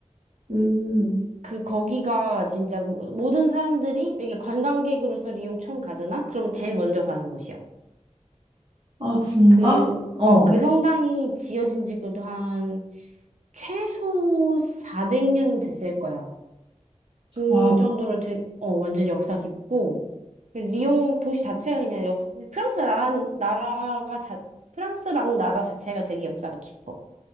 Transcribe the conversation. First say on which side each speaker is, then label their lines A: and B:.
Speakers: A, on the right (about 50°); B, on the right (about 85°).
A: 음,
B: 그, 거기가 진짜 모- 모든 사람들이 이게 관광객으로서 리옹 처음 가잖아? 그러면 제일 먼저 가는 곳이야.
A: 아, 진짜?
B: 그,
A: 어,
B: 어, 그 성당이 지어진 지 그래도 한 최소 400년 됐을 거야. 그
A: 와,
B: 정도로 되게, 어, 완전 역사 깊고, 리옹 도시 자체가 그냥 역, 프랑스 나라, 나라가 자, 프랑스라는 나라 자체가 되게 역사가 깊어.